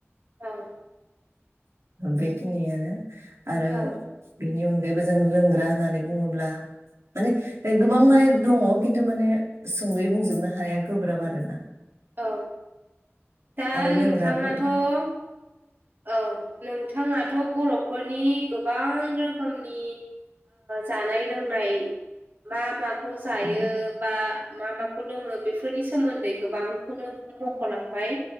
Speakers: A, on the right (about 45°); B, on the right (about 80°).
A: औव
B: बेखिनियानो आरो।
A: औ
B: बेनि अनगायैबो जों लोंग्रा होननानै बुंङोब्ला। माने गोबां माने दंङ खिन्थु माने सुंद बुंजोबनो हानाया गोब्राब आरो ना।
A: औ दा
B: आरो
A: नोंथाङाथ'
B: लोंग्राफोर
A: औ नोंथांङाथ' बर'फोरनि गोबां रोखोमनि जानाय लोंनाय मा माखौ जायो
B: औ
A: बा मा माखौ लोंङो बेफोरनि सोमोन्दै गोबांखौनो मख'लांबाय?